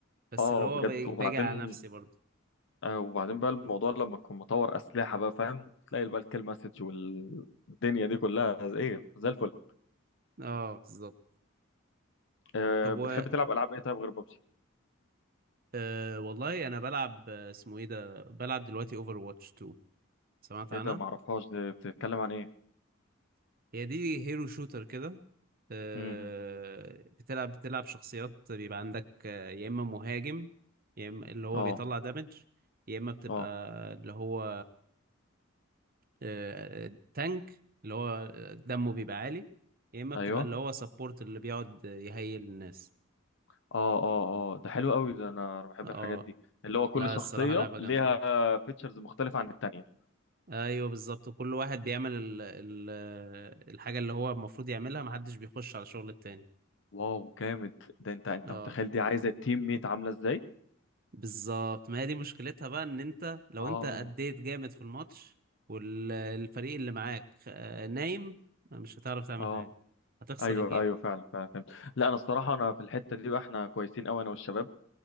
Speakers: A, on the right; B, on the left.
A: بس
B: اه
A: اللي هو
B: بجد
A: باجي
B: وبعدين
A: باجي على نفسي برضه
B: آه وبعدين بقى الموضوع لما تكون مطور اسلحه بقى فاهم تلاقي بقى الكيل مسج والدنيا دي كلها زي- ايه زي الفل
A: اه بالظبط
B: آه
A: طب
B: بتحب
A: و
B: تلعب العاب ايه طيب غير ببجي
A: آه والله انا بلعب آه، اسمه ايه ده بلعب دلوقتي اوفر واتش 2 سمعت عنها
B: ايه ده معرفهاش دي بتتكلم عن ايه
A: هي دي هيرو شوتر كده آه،
B: امم
A: بتلعب بتلعب شخصيات بيبقى عندك آه، يا اما مهاجم يا اما اللي هو
B: اه
A: بيطلع دامج يا اما بتبقى
B: اه
A: اللي هو آه، تانك اللي هو آه، دمه بيبقى عالي يا اما بتبقى
B: ايوه
A: اللي هو سبورت اللي بيقعد يهيل الناس
B: اه اه اه ده حلو قوي ده انا بحب
A: اه
B: الحاجات دي اللي هو كل
A: لا
B: شخصية
A: الصراحة لعبة
B: ليها
A: جامدة
B: فيتشرز مختلفة عن التانية
A: ايوه بالظبط كل واحد بيعمل ال ال الحاجة اللي هو المفروض يعملها محدش بيخش على شغل التاني
B: واو جامد ده انت انت
A: اه
B: متخيل دي عايزة التيم ميت عاملة ازاي
A: بالظبط ما هي دي مشكلتها بقى ان انت لو
B: اه
A: انت اديت جامد في الماتش والفريق اللي معاك آه، نايم مش هتعرف تعمل
B: اه
A: حاجة هتخسر
B: ايوه
A: الجيم
B: ايوه فعلا فعلا فهمت لا انا الصراحة انا في الحتة دي بقى احنا كويسين قوي انا والشباب